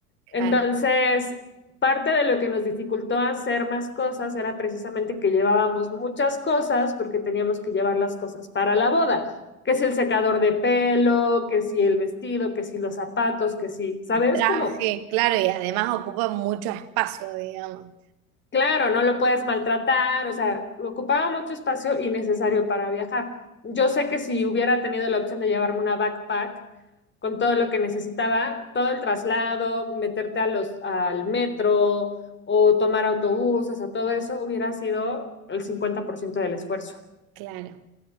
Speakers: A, on the left; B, on the right.
A: Entonces,
B: Claro.
A: parte de lo que nos dificultó hacer más cosas era precisamente que llevábamos muchas cosas porque teníamos que llevar las cosas para la boda, que si el secador de pelo, que si el vestido, que si los zapatos, que si, ¿sabes?
B: Traje,
A: Como
B: claro, y además ocupa mucho espacio, digamos.
A: Claro, no lo puedes maltratar, o sea, ocupaba mucho espacio innecesario para viajar. Yo sé que si hubiera tenido la opción de llevarme una backpack con todo lo que necesitaba, todo el traslado, meterte a los, al metro o tomar autobuses, o todo eso hubiera sido el 50% del esfuerzo.
B: Claro.